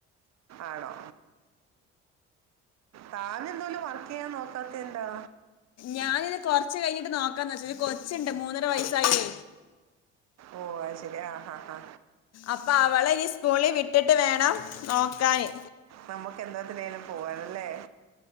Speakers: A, on the right (about 55°); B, on the left (about 55°).
A: ആണോ താൻ എന്തോലും വർക്കെയ്യാൻ നോക്കാത്തെയെന്താ
B: ഞാനിത് കൊറച്ച് കഴിഞ്ഞിട്ട് നോക്കാന്ന് വെച്ച ഒരു കൊച്ചുണ്ട് മൂന്നര വയസായത്
A: ഓ അത്ശെരി ആ ഹാ ഹാ
B: അപ്പൊ അവളെ സ്കൂളി വിട്ടിട്ട് വേണം നോക്കാന്
A: നമ്മുക്ക് ന്തോതായലും പോവർന്ന ലേ